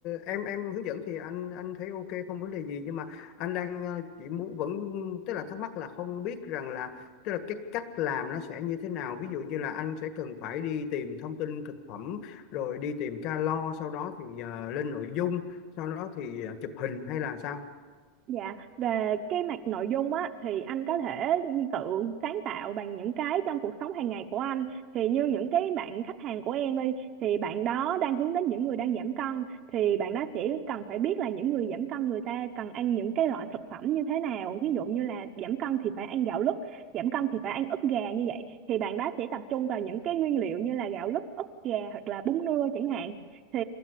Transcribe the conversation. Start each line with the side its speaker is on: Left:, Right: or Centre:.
Left: em em hướng dẫn thì anh anh thấy ok không vấn đề gì nhưng mà anh đang ờ, chỉ muốn vẫn tức là thắc mắc là không biết rằng là tức là cái cách làm nó sẽ như thế nào ví dụ như là anh sẽ cần phải đi tìm thông tin thực phẩm rồi đi tìm calo sau đó thì ờ, lên nội dung sau đó thì ờ, chụp hình hay là sao
Right: Dạ, về cái mặt nội dung á thì anh có thể tự sáng tạo bằng những cái trong cuộc sống hàng ngày của anh. Thì như những cái bạn khách hàng của em đi thì bạn đó đang hướng đến những người đang giảm cân thì bạn đó sẽ cần phải biết là những người giảm cân người ta cần ăn những cái loại thực phẩm như thế nào. Ví dụ như là giảm cân thì phải ăn gạo lứt, giảm cân thì phải ăn ức gà như vậy. Thì bạn đó sẽ tập trung vào những cái nguyên liệu như là gạo lứt, ức gà hoặc là bún nưa chẳng hạn. Thì